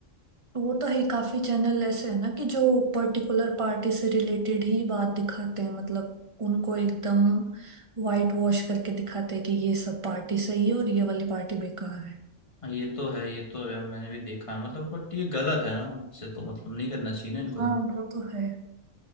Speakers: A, on the right; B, on the left.
A: वो तो है ही, काफी चैनल ऐसे है ना कि जो पर्टिकुलर पार्टी से रिलेटेड ही बात दिखाते हैं मतलब उनको एकदम वाइट वॉश करके दिखाते हैं कि ये सब पार्टी सही है और ये वाली पार्टी बेकार है
B: हाँ, ये तो है ये तो है मैंने भी देखा है मतलब बट ये गलत है ना इससे तो मतलब नहीं करना चाहिए ना इनको
A: हाँ
B: तो
A: वो तो है